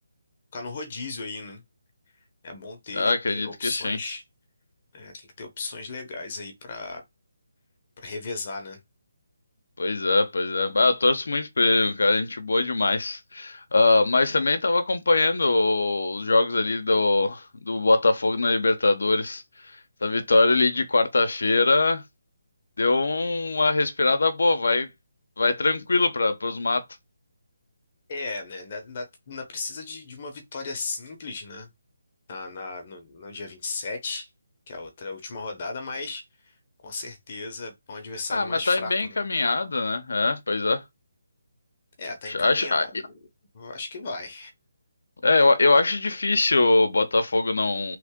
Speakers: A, on the left; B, on the left.
A: ficar no rodízio aí, né? É bom ter,
B: Ah, acredito
A: ter opções.
B: que sim.
A: É, tem que ter opções legais aí pra para revezar, né?
B: Pois é, pois é. Bah, eu torço muito por ele, cara. Gente boa demais. Ah, mas também estava acompanhando os jogos ali do, do Botafogo na Libertadores. Essa vitória ali de quarta-feira deu uma respirada boa. Vai, vai tranquilo para os matos.
A: É, é, né? Ainda, ainda- ainda precisa de, de uma vitória simples, né? Na, na, no, no dia vinte e sete que é a outra a última rodada, mas com certeza é um adversário
B: Ah,
A: mais
B: mas tá
A: fraco,
B: bem encaminhado,
A: né?
B: né? É, pois é.
A: É, tá encaminhado,
B: Acho, ah,
A: eu acho que vai.
B: é, eu, eu acho difícil o Botafogo não,